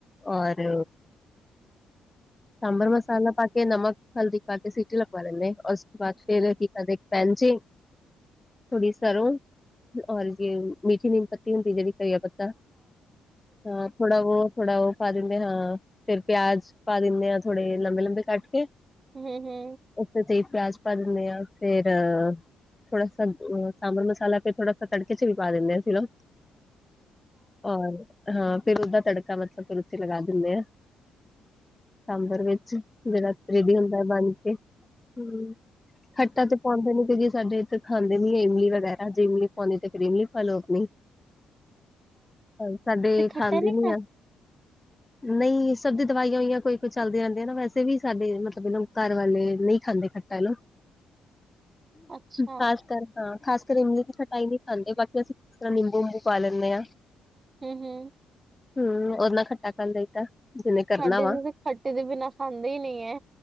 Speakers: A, on the left; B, on the right.
A: ਔਰ ਸਾਬਂਰ ਮਸਾਲਾ ਪਾ ਕੇ, ਨਮਕ, ਹਲਦੀ ਪਾਕੇ ਸੀਟੀ ਲਗਵਾ ਲੈਂਨੇ ਆਂ, ਉਸ ਤੋਂ ਬਾਅਦ ਫੇਰ ਕੀ ਕਰਦੇ ਪੈਨ ਚੀ ਥੋੜ੍ਹੀ ਸਰੋਂ, ਔਰ ਜੇ ਮੀਠੀ ਨੀਮ ਪੱਤੀ ਹੁੰਦੀ ਐ ਜਿਹੜੀ। ਕਹੀਯਾ ਪੱਤਾ, ਹਾਂ। ਉਹ ਥੋੜਾ ਉਹ ਪਾ ਦਿੰਦੇ ਆ ਹਾਂ, ਫੇਰ ਪਿਆਜ ਪਾ ਦਿੰਦੇ ਆਂ ਥੋੜੇ ਲੰਬੇ-ਲੰਬੇ ਕੱਟ ਕੇ।
B: ਹੂੰ-ਹੂੰ
A: ਉੱਤੇ ਤੇ ਪਿਆਜ ਪਾ ਦਿੰਦੇ ਹਾਂ ਫੇਰ ਥੋੜਾ ਅ ਸਾਂਬਰ ਮਸਾਲਾ, ਫੇਰ ਥੋੜਾ ਤੜਕੇ ਚ ਵੀ ਪਾ ਦਿੰਨੇ ਆਂ ਅਸੀਂ ਨਾ। ਔਰ ਹਾਂ ਫਿਰ ਉਸਦਾ ਤੜਕਾ ਮਤਲਬ ਫਿਰ ਉਥੇ ਲਗਾ ਦਿੰਦੇ ਆਂ ਸਾਂਬਰ ਵਿੱਚ। ਜੇੜਾ ਗਰੇਵੀ ਹੁੰਦਾ ਬਣ ਕੇ, ਹੂੰ ਖੱਟਾ ਤੇ ਪਾਉਂਦੇ ਨੀ ਕਿਉਂਕਿ ਸਾਡੇ ਇੱਥੇ ਖਾਂਦੇ ਨੀ ਏ ਇਮਲੀ ਵਗੈਰਾ, ਜੇ ਇਮਲੀ ਪਾਉਂਣੀ ਐ ਤੇ ਫੇਰ ਇਮਲੀ ਪਾ ਲੋ ਆਪਣੀ। ਹਾਂ, ਸਾਡੇ
B: ਤੇ ਖੱਟਾ
A: ਖਾਂਦੇ
B: ਨਹੀਂ
A: ਨੀ ਐ। ਨਹੀਂ ਸਭ ਦੀ ਦਵਾਈਆਂ ਹੋਈਆਂ ਕੋਈ-ਕੋਈ ਚੱਲਦੀਆਂ ਰਹਿੰਦੀਆਂ ਨਾ, ਵੈਸੇ ਵੀ ਸਾਡੇ ਮਤਲਬ ਇਹ ਘਰ ਵਾਲੇ ਨਹੀਂ ਖਾਂਦੇ। ਹੈਲੋ,
B: ਅੱਛਾ
A: ਖਾਸ ਕਰ ਹਾਂ ਖਾਸ ਕਰਮੀ ਦੀ ਖਟਾਈ ਨਹੀਂ ਖਾਂਦੇ, ਬਾਕੀ ਅਸੀਂ ਕਿਸ ਤਰ੍ਹਾਂ ਨਿੰਬੂ ਨੁੰਬੂ ਪਾ ਲੈਂਨੇ ਆਂ।
B: ਹੂੰ-ਹੂੰ।
A: ਹੂੰ, ਉਹਦੇ ਨਾਲ ਖੱਟਾ ਕਲ ਦੇਈਤਾ। ਜਿਹਨੇ ਕਰਨਾ
B: ਸਾਡੇ
A: ਵਾ,
B: ਤੇ ਤਾਂ ਖੱਟੇ ਦੇ ਬਿਨਾ ਖਾਂਦੇ ਹੀ ਨਹੀਂ ਹੈ